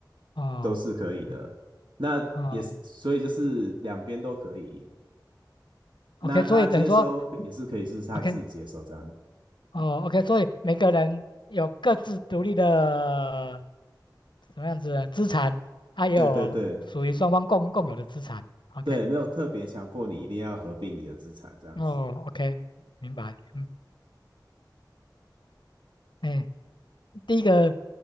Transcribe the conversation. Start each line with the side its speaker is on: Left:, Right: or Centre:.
Left: 哦，
Right: 都是可以的。
Left: 嗯
Right: 那也是，
Left: 哦
Right: 所以就是两边都可以。那他接收可也是可以是他自己接收这样。
Left: ，OK，所以等于说。OK，哦，OK，所以每个人有各自独立的什么样子的资产，他也有属于双方共共有的资产。
Right: 对对对
Left: OK，
Right: 对，没有特别强迫你一定要合并你的资产这样子。
Left: 哦，OK，明白。嗯，哎，第一个，